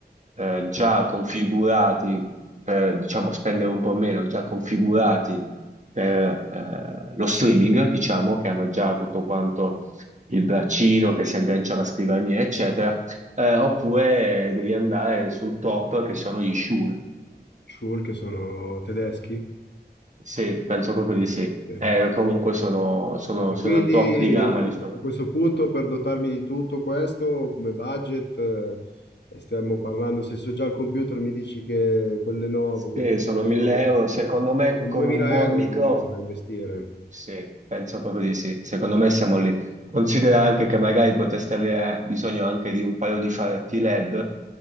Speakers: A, on the right; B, on the left.
A: eh, già configurati per, diciamo, spendere un po' meno, già configurati per eh, lo streaming, diciamo, che hanno già tutto quanto il braccino che si aggancia alla scrivania, eccetera. Eh, oppure devi andare sul top che sono gli Shure.
B: Schul, che sono tedeschi.
A: Sì, penso proprio
B: Sì.
A: di sì.
B: Sì.
A: Eh, comunque sono, sono
B: Ma
A: sono
B: quindi
A: il top di gamma, diciamo.
B: a questo punto, per dotarmi di tutto questo, come budget, eh, stiamo parlando, se so già al computer mi dici che quel Lenovo,
A: Sì,
B: quel tipo
A: sono
B: di
A: 1000
B: Lenovo,
A: euro. Secondo me
B: un
A: con
B: 2000
A: un buon
B: euro
A: microfono
B: almeno da investire,
A: sì, penso proprio di sì. Secondo me siamo lì. Considera anche che magari potreste avere bisogno anche di un paio di faretti LED